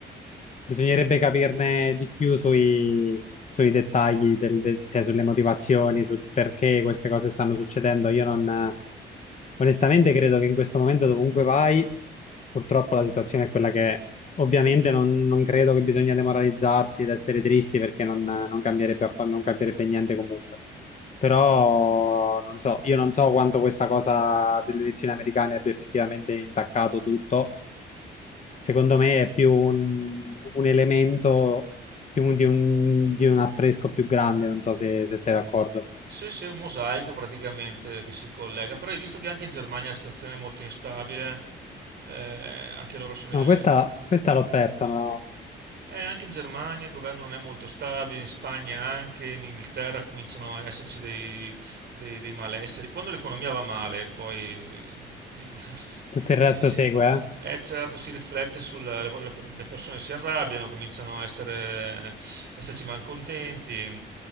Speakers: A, on the left; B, on the right.
A: Bisognerebbe capirne di più sui, sui dettagli, del- del- cioè sulle motivazioni, sul perché queste cose stanno succedendo. Io non, onestamente credo che in questo momento dovunque vai, purtroppo la situazione è quella che è. Ovviamente non, non credo che bisogna demoralizzarsi ed essere tristi perché non, non cambierebbe, affa- non cambierebbe niente comunque. Però non so, io non so quanto questa cosa delle elezioni americane abbia effettivamente intaccato tutto Secondo me è più un, un elemento di un, di un- di un affresco più grande, non so se, se sei d'accordo.
B: Sì, sì, è un mosaico praticamente che si collega. Però hai visto che anche in Germania la situazione è molto instabile, eh, anche loro sono
A: No,
B: in...
A: questa, questa l'ho persa, ma
B: Eh, anche in Germania il governo non è molto stabile, in Spagna anche, in Inghilterra cominciano ad esserci dei, dei- dei malesseri. Quando l'economia va male, poi eh, di- <laughs>
A: tutto il
B: si,
A: resto
B: si-
A: segue,
B: eh, certo, si riflette sulla, la- le persone si arrabbiano, cominciano a essere, a esserci malcontenti.